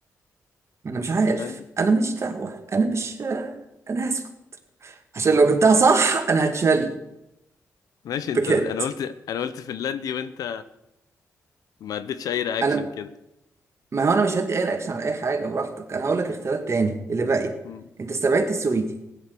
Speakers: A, on the right; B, on the left.
A: انا مش عارف
B: فنلندي
A: انا مش دعوة انا مش انا هسكت عشان لو جبتها صح انا هتشل
B: ماشي انت
A: بجد
B: انا قلت انا قلت فنلندي وانت ما اديتش اي رياكشن
A: انا
B: كده
A: ما هو انا مش هدي اي رياكشن على اي حاجه براحتك انا هقول لك اختيارات تاني اللي باقي
B: مم.
A: انت استبعدت السويدي